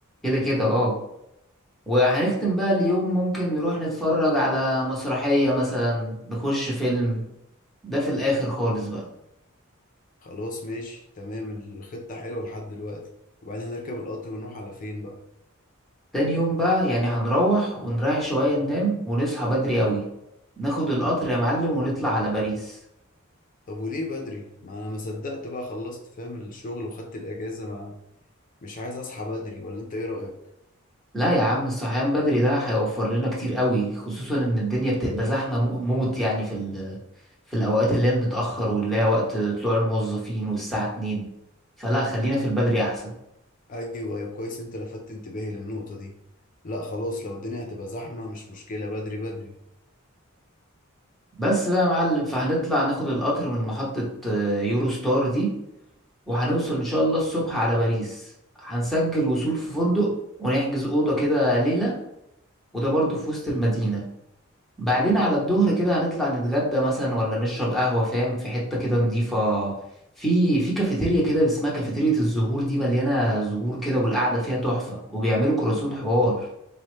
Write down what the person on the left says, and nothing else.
خلاص ماشي تمام الخطة حلوة لحد دلوقتي وبعدين هنركب القطر ونروح على فين بقى
طب وليه بدري ما انا ما صدقت بقى خلصت فاهم الشغل وخدت الاجازة ما مش عايز اصحى بدري ولا انت ايه رأيك
ايوه ايوه كويس انت لفتت انتباهي للنقطة دي لا خلاص لو الدنيا هتبقى زحمة مش مشكلة بدري بدري